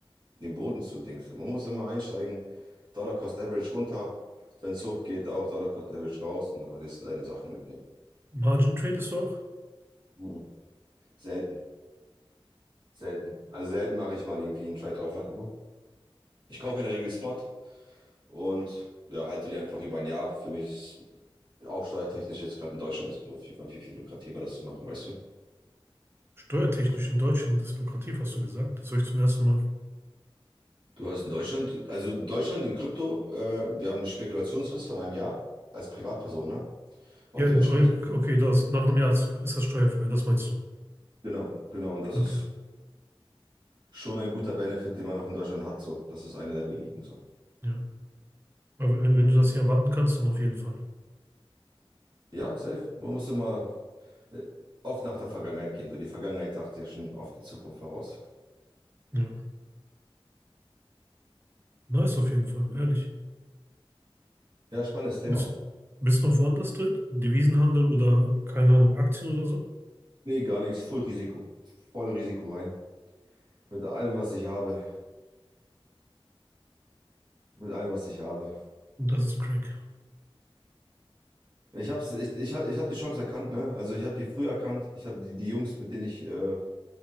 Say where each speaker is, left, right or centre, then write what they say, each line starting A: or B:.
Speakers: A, on the right; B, on the right.
A: den Boden zu Dings. Man muss immer einsteigen. Dollar Cost Average runter. Wenn es hoch geht, auch Dollar Cost Average raus. Und dann wirst du deine Sachen mitnehmen.
B: Margin tradest du auch?
A: Mhm. Selten. Selten. Also selten mache ich mal irgendwie einen Trade-off oder so. Ich kaufe in der Regel Spot und ja, halte die einfach über ein Jahr. Für mich ist Auch steuertechnisch jetzt gerade in Deutschland ist es auf jeden Fall viel, viel lukrativer, das zu machen, weißt du?
B: Steuertechnisch in Deutschland ist lukrativ, hast du gesagt. Das höre ich zum ersten Mal.
A: Du hast in Deutschland, also Deutschland in Krypto, äh, wir haben eine Spekulationsfrist von einem Jahr als Privatperson, ne? Und
B: Ja,
A: dementsprechend,
B: n- oh, okay, du hast, nach einem Jahr hast du- ist das steuerfrei, das meinst du.
A: genau, genau, und das ist
B: Okay,
A: schon ein guter Benefit, den man auch in Deutschland hat, so. Das ist einer der wenigen, so.
B: ja. Aber wenn, wenn du das hier erwarten kannst, dann auf jeden Fall.
A: Ja, safe. Man muss immer äh, oft nach der Vergangenheit gehen, so. Die Vergangenheit sagt ja schon oft die Zukunft voraus.
B: Ja, nice auf jeden Fall, ehrlich.
A: Ja, spannendes Thema.
B: Bist, bist noch woanders drin? Devisenhandel oder, keine Ahnung, Aktien oder so?
A: Nee, gar nichts, voll Risiko. Voll Risiko rein. Mit allem, was ich habe. Mit allem, was ich habe.
B: Und das ist crank.
A: Ich hab's, ich, ich, hab- ich hab die Chance erkannt, ne? Also ich habe die früh erkannt. Ich habe die, die Jungs, mit denen ich äh,